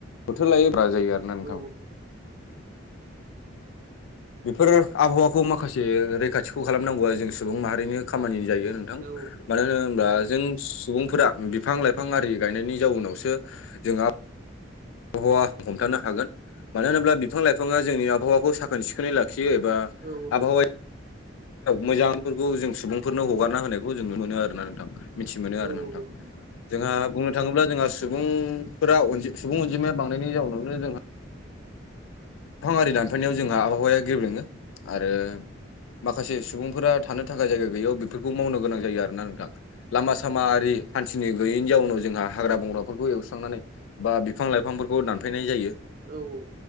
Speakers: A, on the left; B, on the right.
A: बोथोर लायो ब्रा जायो आरो ना नोंथां
B: औ <inaudible>
A: बेफोर आबहावाखौ माखासे रैखाथिखौ खालामनांगौआ जों सुबुं माहारिनि खामानि जायो। थां
B: औ
A: मानो होनोब्ला जों सुबुंफोरा बिफां लाइफां आरि गायनायनि जाउनावसो जोंहा आबहावा हमथानो हागोन मानो होनोब्ला बिफां लाइफाङा जोंनि आबहावखौ साख साखोन सिखोनै लाखियो एबा
B: औ
A: आबहावा मोजांफोरखौ जों सुबुंफोरनो हगारना होनायखौ जों नुनो मोनो आरोना नोंथां मिथि मोनो
B: औ
A: आरोना नोंथां
B: औ नंगौ
A: जोंहा बुंनो थाङोब्ला जोंहा सुबुंफोरा सुबुं अनजिमाया बांनायनि जाउनावनो जोंहा फां आरि दानफायनायाव जोंहा आबहावाया गेब्रेङो आरो माखासे सुबुंफोरा थानो थाखाय जायगा गैयैयाव बेफोरखौ मावनो गोनां जायो आरोना नोंथां लामा सामा आरि हान्थिनो गैयैनि जाउनाव जोंहा हाग्रा बंग्राफोरखौ एवस्रांनानै बा बिफां लाइफांफोरखौ दानफायनाय जायो।
B: औ औ